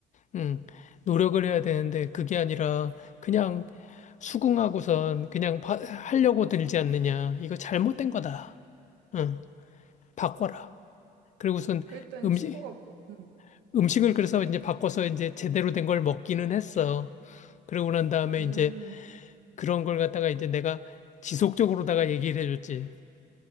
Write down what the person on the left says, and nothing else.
음, 노력을 해야 되는데 그게 아니라 그냥 수긍하고선 그냥 바- 하려고 들지 않느냐. 이거 잘못된 거다. 응, 바꿔라. 그리고선
음식,
음식을 그래서 이제 바꿔서 이제 제대로 된 걸 먹기는 했어. 그러고 난 다음에
이제
그런 걸 갖다가 이제 내가 지속적으로다가 얘기를 해줬지.